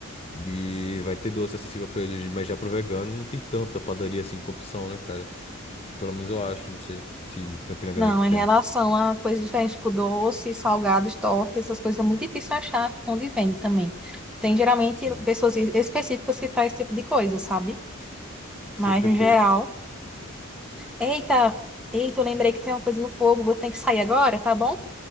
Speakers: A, on the left; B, in the centre.
A: e vai ter doce acessível pra ele, mas já pro vegano não tem tanta padaria, assim, com opção, né, cara? Pelo menos eu acho, não sei se Campina Grande
B: Não,
A: tem.
B: em relação a coisas diferentes, tipo doce, salgados, tortas, essas coisas é muito difícil achar onde vende também. Tem geralmente
A: Sim.
B: pessoas específicas que fazem esse tipo de coisa, sabe? Mas
A: Ser perfeito.
B: no geral. Eita, eita, eu lembrei que tem uma coisa no fogo, vou ter que sair agora, tá bom?